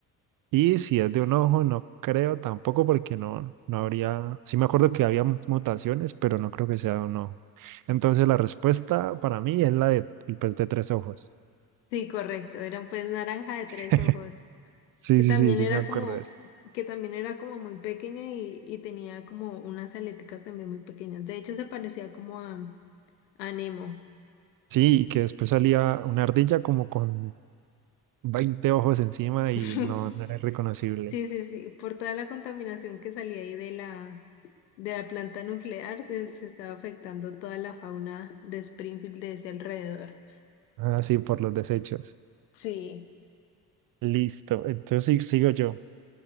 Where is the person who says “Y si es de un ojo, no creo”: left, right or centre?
Right